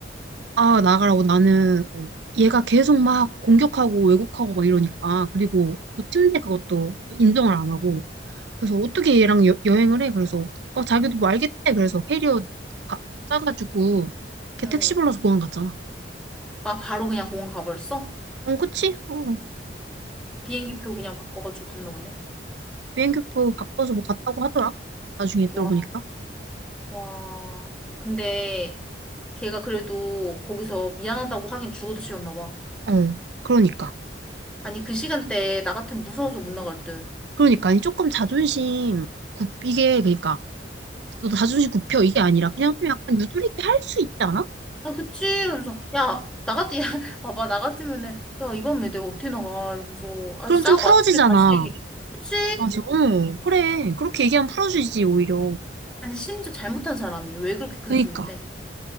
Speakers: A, on the right; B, in the centre.
A: 아, 나가라고 나는 어, 얘가 계속 막 공격하고 왜곡하고 막 이러니까 그리고 그 침대 그것도 인정을 안 하고 그래서 어떻게 얘랑 여, 행을 해? 그래서 어 자기도 뭐 알겠대. 그래서 캐리어 가- 싸가지고 걔 택시
B: 어.
A: 불러서 공항 갔잖아.
B: 아, 바로 그냥 공항 가버렸어?
A: 어 그치? 어
B: 비행기표 그냥 바꿔가지고 갔나 보네.
A: 비행기표 바꿔서 뭐 갔다고 하더라. 나중에 들어보니까.
B: 와. 와, 근데 걔가 그래도 거기서 미안하다고 하긴 죽어도 싫었나 봐.
A: 어 그러니까
B: 아니, 그 시간대에 나 같으면 무서워서 못 나갈 듯.
A: 그러니까 아니 조금 자존심 굽 이게 그러니까 너 자존심 굽혀 이게 아니라 그냥 좀 약간 유도리 있게 할 수 있지 않아?
B: 아, 그치? 이러면서, 야, 나 같, <laughs> 야, 봐봐, 나 같으면은, 야, 이번에 내가 어떻게 나가? 이러면서, 아,
A: 그럼
B: 싸우고
A: 좀 풀어지잖아.
B: 아침에 다시 얘기. 그치?
A: 맞아. 응 그래 그렇게 얘기하면 풀어지지 오히려.
B: 아니, 심지어 잘못한 사람이 왜 그렇게 큰
A: 그러니까.
B: 소린데?